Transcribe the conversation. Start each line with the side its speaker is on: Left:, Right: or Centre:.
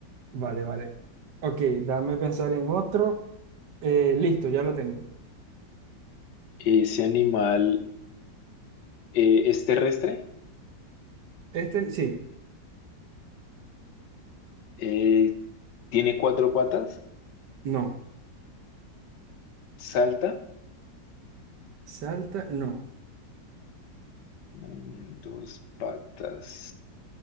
Right: Vale, vale. Ok, dame pensar en otro. Eh, listo, ya lo tengo.
Left: Ese animal eh, es terrestre,
Right: Este, sí,
Left: eh, tiene cuatro patas,
Right: no.
Left: salta,
Right: Salta, no.
Left: mm, dos patas,